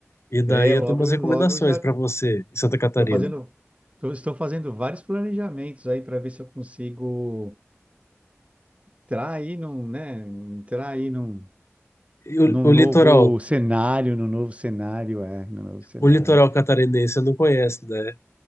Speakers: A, on the left; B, on the right.
A: e daí
B: É,
A: eu
B: logo,
A: tenho umas recomendações
B: logo já
A: para você em Santa Catarina.
B: tô fazendo, tô- estou fazendo vários planejamentos aí para ver se eu consigo entrar aí num, né, entrar aí num,
A: E
B: num
A: o,
B: novo
A: o litoral,
B: cenário, num novo cenário, é, num novo cenário.
A: o litoral catarinense você não conhece, né?